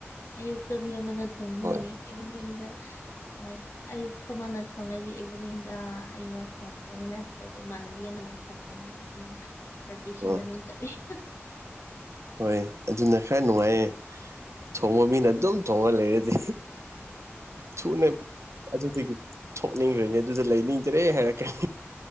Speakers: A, on the left; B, on the right.
A: ꯑꯌꯨꯛꯇ ꯃꯤ ꯑꯃꯅ ꯊꯣꯡꯒꯅꯤ
B: ꯍꯣꯏ
A: ꯏꯚꯅꯤꯡꯗ ꯑꯩ ꯑꯌꯨꯛꯇ ꯃꯥꯅ ꯊꯣꯡꯅꯗꯤ ꯏꯚꯤꯅꯤꯡꯗ ꯑꯩꯅ ꯊꯣꯡꯂꯅꯤ ꯅꯠꯇ꯭ꯔꯒ ꯏꯃꯥꯟꯅꯕꯤ ꯑꯃꯅ ꯊꯣꯡꯒꯅꯤ ꯗꯨꯃ ꯔꯣꯇꯦꯁꯟ
B: ꯑꯥ
A: ꯑꯗꯨꯝ ꯆꯠꯂꯤ <unintelligible>
B: ꯍꯣꯏ ꯑꯗꯨꯅ ꯈꯔ ꯅꯨꯡꯉꯥꯏꯌꯦ ꯊꯣꯡꯕ ꯃꯤꯅ
A: ꯎꯝ
B: ꯑꯗꯨꯝ ꯊꯣꯡꯉ ꯂꯩꯔꯗꯤ ꯊꯨꯅ ꯑꯗꯨꯗꯒꯤ ꯊꯣꯛꯅꯤꯡꯒ꯭ꯔꯅꯦ ꯑꯗꯨꯗ ꯂꯩꯅꯤꯡꯗ꯭ꯔꯦ ꯍꯥꯏꯔꯛꯀꯅꯤ